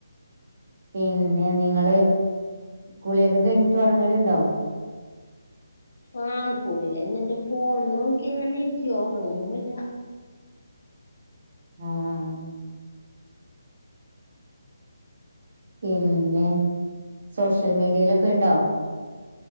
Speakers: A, on the right; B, on the left.
A: പിന്നെ നിങ്ങള് കുളിയൊക്കെ കഴിഞ്ഞിട്ട് ഒറങ്ങല്ണ്ടോ?
B: ആ കുളി കൈഞ്ഞ്ട്ട് ഫോണ് നോക്കിങ്ങനെ ഇരിക്കും ഒറങ്ങില്ല.
A: ആഹ. പിന്നെ സോഷ്യൽ മീഡീയലൊക്കെണ്ടോ?